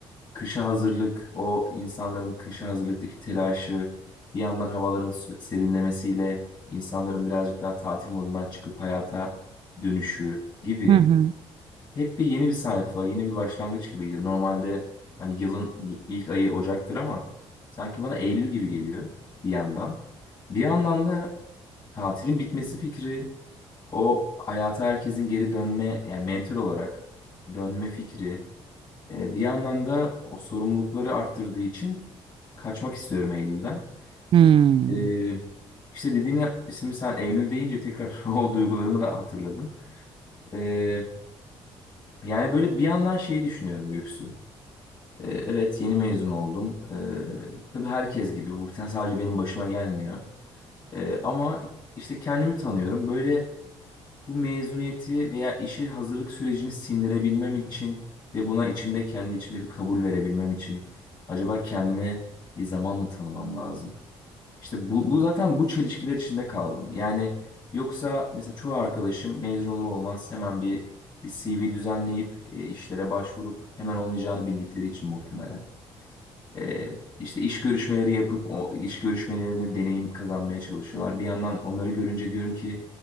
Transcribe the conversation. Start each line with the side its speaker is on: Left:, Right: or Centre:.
Left: kışa hazırlık, o insanların kışa hazırlıktaki telaşı, bir yandan havaların s- serinlemesiyle insanların birazcık daha tatil modundan çıkıp hayata dönüşü gibi.
Right: Hı hı.
Left: Hep bir yeni bir sayfa, yeni bir başlangıç gibiydi. Normalde hani yılın ilk ayı Ocak'tır ama sanki bana Eylül gibi geliyor bir yandan. Bir yandan da tatilin bitmesi fikri, o hayata herkesin geri dönme, yani mental olarak dönme fikri. e, Bir yandan da o sorumlulukları arttırdığı için kaçmak istiyorum Eylül'den.
Right: Hımm.
Left: E, işte dediğini şimdi sen Eylül deyince tekrar <laughs> o duygularımı da hatırladım. E, yani böyle bir yandan şeyi düşünüyorum Göksu. Ee, Evet yeni mezun oldum. Ee, tabii herkes gibi bu sen- sadece benim başıma gelmiyor. Ee, ama işte kendimi tanıyorum. Böyle bu mezuniyeti veya işi hazırlık sürecini sindirebilmem için ve buna içimde kendi içimde bir kabul verebilmem için acaba kendime bir zaman mı tanımam lazım? İşte bu, bu zaten bu çelişkiler içinde kaldım. Yani yoksa mesela çoğu arkadaşım mezun olur olmaz hemen bir bir CV düzenleyip e, işlere başvurup hemen olmayacağını bildikleri için muhtemelen. E, işte iş görüşmeleri yapıp o iş görüşmelerine deneyim kazanmaya çalışıyorlar. Bir yandan onları görünce diyorum ki